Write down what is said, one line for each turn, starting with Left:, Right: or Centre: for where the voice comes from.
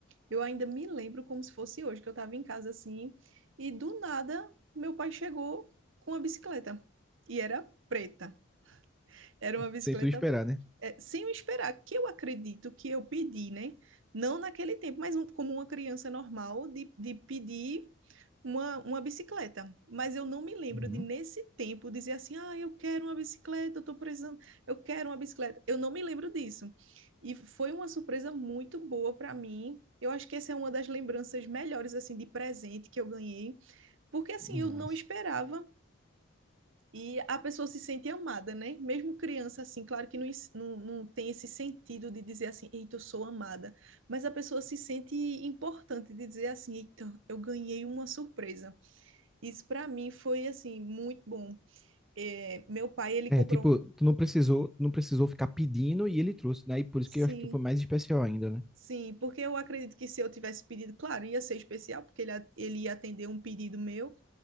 Right: Eu ainda me lembro como se fosse hoje, que eu estava em casa assim, e do nada meu pai chegou com uma bicicleta. E era preta. Era uma bicicleta
Centre: Sem tu esperar, né?
Right: é, sem eu esperar, que eu acredito que eu pedi, né? Não naquele tempo, mas um- como uma criança normal, de, de pedir uma, uma bicicleta, mas eu não me lembro
Centre: Uhum.
Right: de nesse tempo dizer assim, ah, eu quero uma bicicleta, eu estou precisando, eu quero uma bicicleta. Eu não me lembro disso. E foi uma surpresa muito boa para mim. Eu acho que essa é uma das lembranças melhores assim de presente que eu ganhei, porque assim
Centre: Mas.
Right: eu não esperava e a pessoa se sente amada, né? Mesmo criança assim, claro que não, ins- não, não tem esse sentido de dizer assim, eita, eu sou amada, mas a pessoa se sente importante de dizer assim, eita, eu ganhei uma surpresa. Isso para mim foi assim muito bom. É, meu pai ele
Centre: É,
Right: comprou,
Centre: tipo, tu não precisou, não precisou ficar pedindo e ele trouxe, né? E por isso
Right: sim,
Centre: que eu acho que foi mais especial ainda, né?
Right: sim, porque eu acredito que se eu tivesse pedido, claro, ia ser especial porque ele a- ele ia atender um pedido meu,